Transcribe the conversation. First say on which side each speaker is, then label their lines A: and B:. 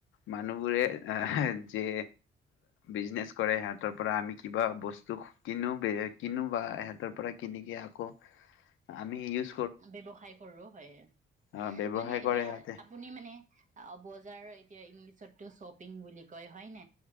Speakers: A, on the left; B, on the right.
A: মানুহবোৰে এ যে বিজনেচ কৰে সিহঁতৰ পৰা আমি কিবা বস্তু কিনো কিনো বা সিহঁতৰ পৰা কিনিকে আকৌ আমি ই।
B: ব্যৱসায় কৰো হয়।
A: অ', ব্যৱসায়
B: মানে এতিয়া
A: কৰে সিহঁতে।
B: আপুনি মানে। মানে অ বজাৰ এতিয়া ইংলিছতটো শ্বপিং বুলি কয় হয় ন।